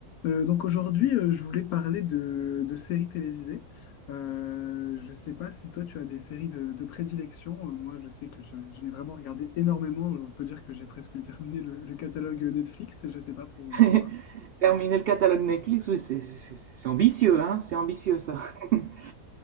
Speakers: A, on the left; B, on the right.
A: Euh, donc aujourd'hui, euh, je voulais parler de, de séries télévisées. Euh, je ne sais pas si toi, tu as des séries de, de prédilection. Euh, moi, je sais que je- j'en ai vraiment regardé énormément. On peut dire que j'ai presque terminé le, le catalogue Netflix. Et Je ne sais pas pour,
B: <laughs>
A: pour toi.
B: Terminer le catalogue Netflix, oui, c'est c'est- c'est- c'est ambitieux, hein, c'est ambitieux ça. <laughs>